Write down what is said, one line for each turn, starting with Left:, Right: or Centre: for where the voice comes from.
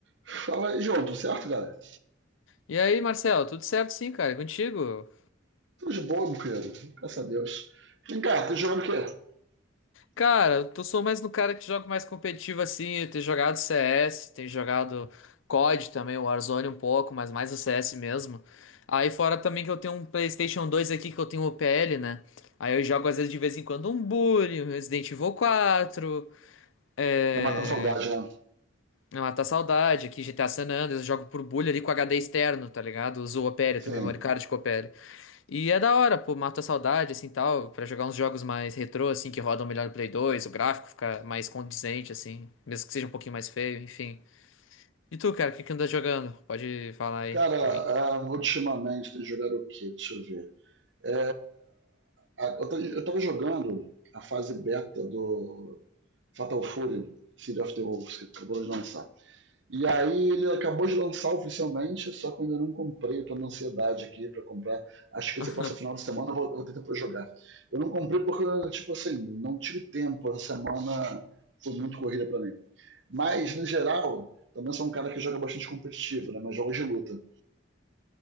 Right: Fala aí, João, tudo certo, galera?
Left: E aí, Marcelo, tudo certo sim, cara? E Contigo?
Right: Tô de boa, meu querido. Graças a Deus. Vem cá, tá jogando o quê?
Left: Cara, eu tô, sou mais no cara que joga mais competitivo assim. Eu tenho jogado CS, tenho jogado COD também, o Warzone um pouco, mas mais o CS mesmo. Aí fora também que eu tenho um PlayStation dois aqui que eu tenho o P L né? Aí eu jogo às vezes de vez em quando um Bully, um Resident Evil quatro é...
Right: Pra matar a saudade, né?
Left: é Matar a Saudade, aqui GTA San Andreas, eu jogo por Bully ali com HD externo, tá ligado? Uso o Opera,
Right: Sim.
Left: tenho memória card com o E é da hora, pô, mata a saudade, assim, tal, pra jogar uns jogos mais retrô, assim, que rodam melhor no Play dois o gráfico fica mais condizente, assim, mesmo que seja um pouquinho mais feio, enfim. E tu, cara, o que que anda jogando? Pode falar aí
Right: Cara,
Left: pra
Right: ah,
Left: mim.
Right: ultimamente tem jogado o quê? Deixa eu ver. É, a- eu, tô- eu tava jogando a fase beta do Fatal Fury, City of the Wolves, que acabou de lançar. E aí ele acabou de lançar oficialmente, só que eu ainda não comprei, eu tô na ansiedade aqui pra comprar. Acho que
Left: <laughs>
Right: esse próximo final de semana eu vou, eu vou ter pra jogar. Eu não comprei porque, tipo assim, não tive tempo. Essa semana foi muito corrida pra mim. Mas, no geral, também sou um cara que joga bastante competitivo, né? Mas jogos de luta.